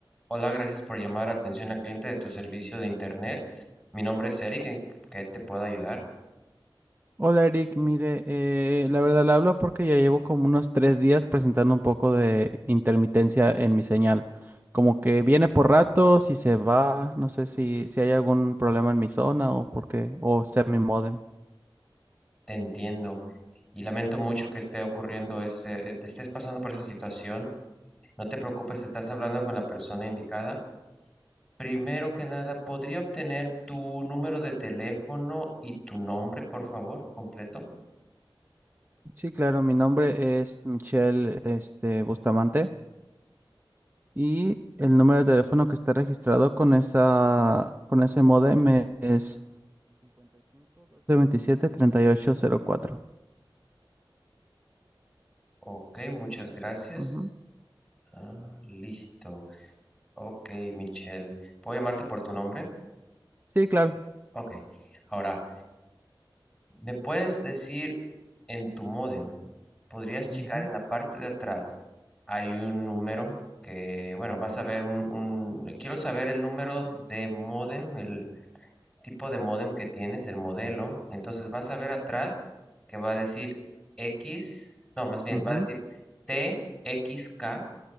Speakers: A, in the centre; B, on the right (about 25°).
A: Hola, gracias por llamar a atención al cliente de tu servicio de Internet. Mi nombre es Eric, ¿en qué te puedo ayudar?
B: Hola Eric, mire, eh, la verdad le hablo porque ya llevo como unos tres días presentando un poco de intermitencia en mi señal. Como que viene por ratos y se va, no sé si, si hay algún problema en mi zona o por qué, o sea mi módem.
A: Te entiendo y lamento mucho que esté ocurriendo ese, eh, te estés pasando por esa situación. No te preocupes, estás hablando con la persona indicada. Primero que nada, ¿podría obtener tu número de teléfono y tu nombre, por favor, completo?
B: Sí, claro, mi nombre es Michelle, este, Bustamante y el número de teléfono que está registrado con esa, con ese módem e- es 55 1227 3804.
A: Ok, muchas gracias.
B: Ujú.
A: Ah, listo. Ok, Michelle, ¿puedo llamarte por tu nombre?
B: Sí, claro.
A: Ok. Ahora, ¿Me puedes decir en tu módem? Podrías checar
B: Ujú,
A: en la parte de atrás. Hay un número que, bueno, vas a ver un, un... Quiero saber el número de módem, el tipo de módem que tienes, el modelo. Entonces vas a ver atrás que va a decir X, no, más bien,
B: ujú.
A: va a decir t x k